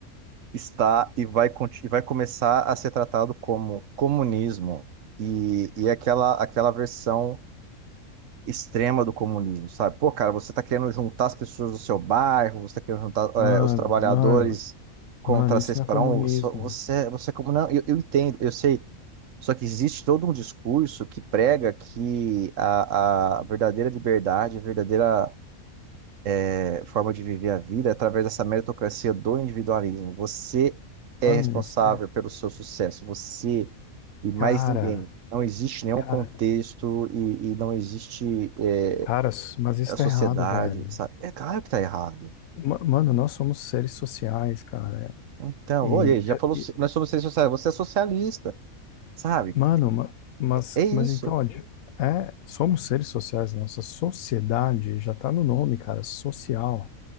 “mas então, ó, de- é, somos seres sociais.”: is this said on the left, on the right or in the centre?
Left